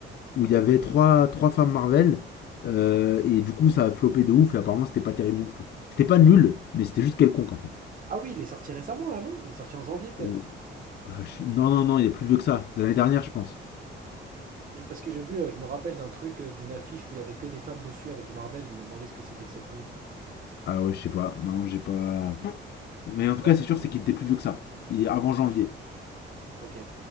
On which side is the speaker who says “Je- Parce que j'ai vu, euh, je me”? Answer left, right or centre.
Right